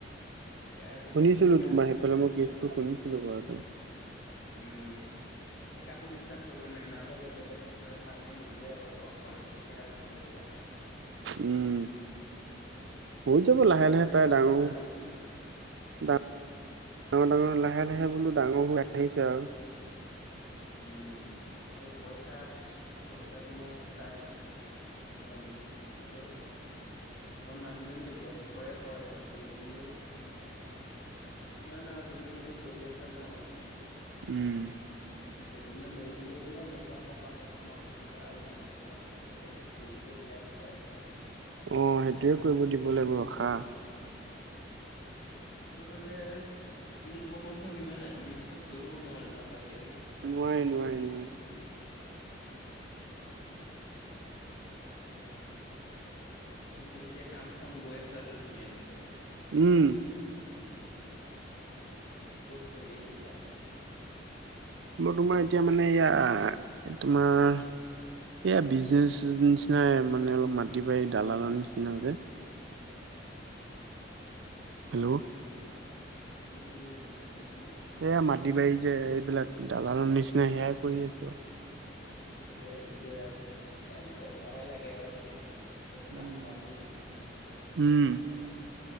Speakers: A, on the left (about 75°); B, on the right (about 75°).
A: এ আজিকালি
B: শুনিছিলো
A: কাক
B: তোমাৰ
A: বিশ্বাস
B: সেইফালে মই
A: কৰিবা,
B: কেচটো শুনিছিলো বাৰুতে
A: উম এ কাকো বিশ্বাস কৰিব নোৱাৰি নালাগে বেলেগ মানুহৰ ৰখাতকে নিজে অলপ কষ্ট মষ্ট কৰি ৰাখিব দিয়া আৰু
B: উম, হৈ যাব
A: পইচাই
B: লাহে লাহে তাই
A: চব
B: ডাঙৰ
A: নহয়তো
B: ডাঙ ডাঙৰ ডাঙৰ লাহে লাহে বোলো ডাঙৰ হৈ আহিছে আৰু
A: উম আৰু পইচা পছ পইচা তোমাৰ টাইল ন কি কয় মোৰ মানুহজনীয়ে জব কৰে হয় ঠিকেই কিন্তু কিমান আৰু তুমিওতো কৰি আছা ন
B: উম
A: কেইদিনমান এৰি দিব দিয়া নহবা আকৌ পাছত সোমাব দিবা আৰু দুবছৰমান থাকি যাব দি এৰি দিব দিয়া একেবাৰে
B: অ সেইটোয়ে কৰিব দিব লাগিব ৰখা
A: নহ'লে লোকৰ মানুহক ইমান বিশ্বাস কৰিব নোৱাৰা নালাগে ঐ
B: নোৱাৰি নোৱাৰি ন
A: <unintelligible> তুমি এতিয়া কাম চাম গৈ আছাতো ধুনীয়াকে
B: উম
A: ক'ত কৰি আছিলা?
B: মোৰ তোমাৰ এতিয়া মানে ইয়া তোমাৰ এইয়া বিজনেছৰ নিচিনাই মানে অলপ মাটি বাৰী দালালৰ নিচিনাকে হেল্ল'
A: উম উ বিছ
B: এইয়া মাটি বাৰী যে এইবিলাক দালালৰ নিচিনা সেয়াই কৰি আছো
A: ঠিকে আছে দিয়া এ পইচাহে লাগে আৰু চব চব
B: উম
A: কাম কামেই
B: উম